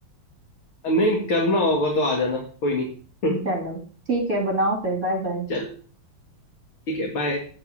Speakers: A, on the left; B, on the right.
A: नहीं करना होगा तो आ जाना कोई नहीं <laughs>
B: चलो ठीक है बनाओ फिर Bye bye
A: चलो ठीक है बाय